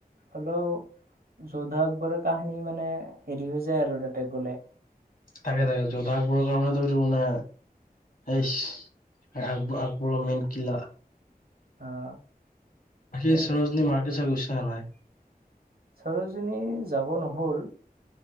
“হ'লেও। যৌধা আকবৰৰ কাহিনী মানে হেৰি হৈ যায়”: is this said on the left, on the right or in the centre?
Right